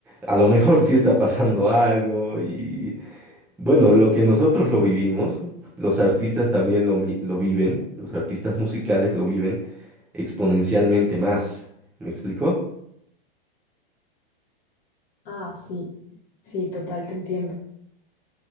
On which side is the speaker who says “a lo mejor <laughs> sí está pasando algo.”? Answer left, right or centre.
Centre